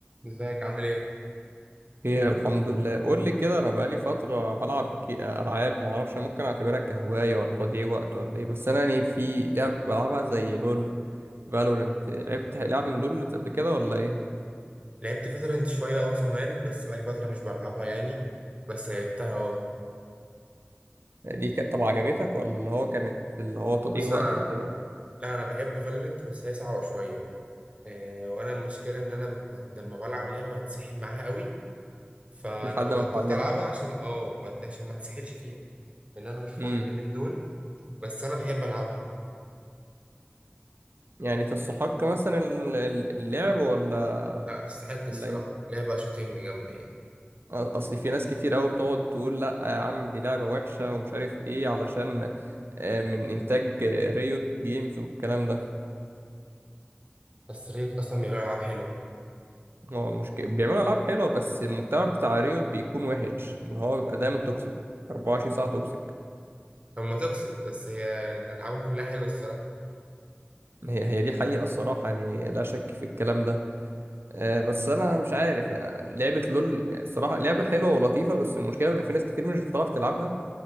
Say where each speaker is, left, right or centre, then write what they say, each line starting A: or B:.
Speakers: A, on the right; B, on the right.
A: ازيك عامل ايه؟
B: خير الحمد لله قول لي كده انا بقالي فتره بلعب جي- العاب ما اعرفش ممكن اعتبرها كهوايه ولا تضييع وقت ولا ايه بس انا يعني في لعب بلعبها زي لول فالورنت لعبت لعب من دول قبل كده ولا ايه
A: لعبت فالورنت شوية اه زمان بس بقالي فترة مش بلعبها يعني بس لعبتها اه
B: يعني دي ك... طب عجبتك ولا اللي هو كانت اللي هو تضييع
A: بص
B: وقت
A: انا
B: وكده
A: لا انا بحب فالورنت بس هي صعبة شوية إيه وانا المشكلة ان انا بت... لما بلعب لعبة بتسحل معاها قوي فانا
B: لحد
A: ما
B: ما اتعلمها
A: بطلت العبها عشان اه بت... عشان ما اتسحلش فيها لان انا مش فاضي
B: امم
A: اليومين دول بس انا بحب العبها
B: يعني تستحق مثلا ال- ال- اللعب ولا
A: لا تستحق الصراحة
B: ولا ايه
A: لعبة شوتينج جامدة يعني
B: أ- اصل في ناس كتير قوي بتقعد تقول لا يا عم دي لعبه وحشه ومش عارف ايه علشان آه، من انتاج آه، ريوت جيمز والكلام ده
A: بس ريت اصلا بيعملوا العاب حلوة
B: هو المشكلة بيعملوا ألعاب حلوة بس المجتمع بتاع ريوت بيكون وحش اللي هو بيبقى دايما توكسيك 24 ساعة توكسيك
A: هما توكسيك بس هي العابهم كلها حلوة الصراحة
B: هي هي دي حقيقة الصراحة يعني لا شك في الكلام ده آه بس أنا مش عارف يعني لعبة لول يعني الصراحة لعبة حلوة ولطيفة بس المشكلة بيبقى في ناس كتير مش بتعرف تلعبها